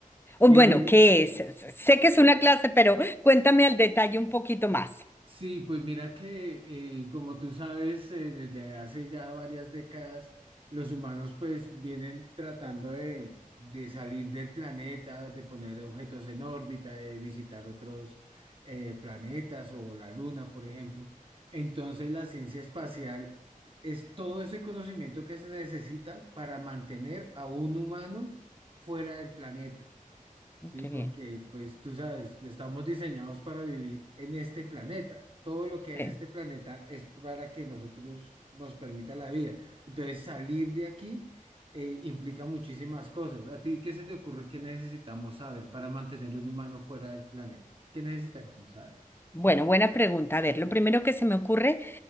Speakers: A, on the left (about 15°); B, on the right (about 40°).
A: O
B: y
A: bueno, ¿qué es? Sé que es una clase, pero cuéntame al detalle un poquito más.
B: Sí, pues mira que eh, como tú sabes, eh, desde hace ya varias décadas, los humanos pues vienen tratando de, de salir del planeta, de poner objetos en órbita, de visitar otros eh, planetas o la Luna, por ejemplo. Entonces la ciencia espacial es todo ese conocimiento que se necesita para mantener a un humano fuera del planeta. Sí,
A: Qué
B: porque
A: bien.
B: pues tú sabes, estamos diseñados para vivir en este planeta. Todo lo que hay
A: Eh,
B: en este planeta es para que nosotros nos permita la vida. Entonces, salir de aquí eh, implica muchísimas cosas. ¿A ti qué se te ocurre que necesitamos saber para mantener un humano fuera del planeta? ¿Qué necesitaríamos saber?
A: Bueno, buena pregunta. A ver, lo primero que se me ocurre